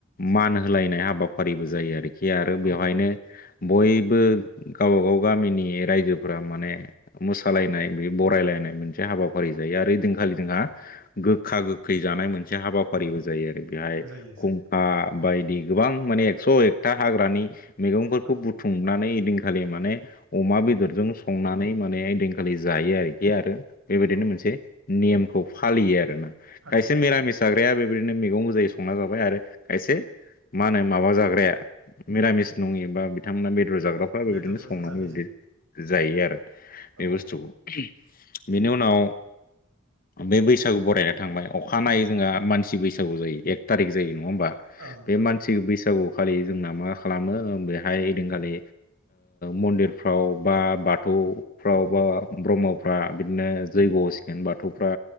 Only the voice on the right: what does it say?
औ
जायो
जायो औ
औ
औ
फालियो
बेदरफोरजों
जानाय
जायो
औ
औ
औ
ओं
ओं